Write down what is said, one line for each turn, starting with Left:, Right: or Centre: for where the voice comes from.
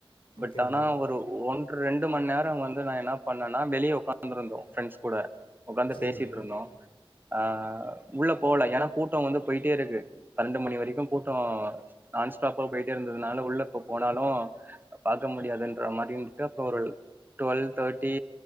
Left: ஓகே
Right: பட் ஆனா
Left: ப்ரோ
Right: ஒரு ஒன்ற ரெண் டுமண்நேரோ வந்து நா என்ன பண்ணனா வெளிய ஒக்காந்துருந்தோ பிரண்ட்ஸ் கூட
Left: சரி
Right: பேசிட்ரிந்தோ
Left: ப்ரோ
Right: அ உள்ள போல ஏன்னா கூட்டோ வந்து போயிட்டேருக்கு பனெண்டு மணி வெரிக்கு கூட்டோ நான் ஸ்டாப்பா போயிட்டே இருந்ததுனால உள்ள இப்ப போனாலு பாக்க முடியாதுன்ற மாரி இருந்துட்டு அப்றோ ஒரு டுவொல் தர்ட்டி